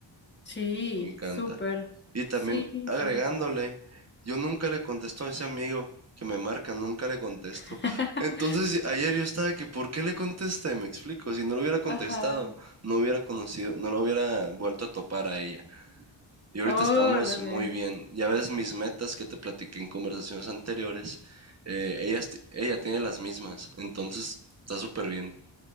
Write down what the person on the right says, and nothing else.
Me encanta.
Y también
agregándole,
yo nunca le contesto a ese amigo que me marca, nunca le contesto.
Entonces ayer yo estaba que, ¿por qué le contesté? Me explico, si no lo hubiera contestado,
no hubiera conocido, no lo hubiera vuelto a topar a ella. Y ahorita
estamos muy bien. Ya ves mis metas que te platiqué en conversaciones anteriores. eh, ellas ella tiene las mismas, entonces está súper bien.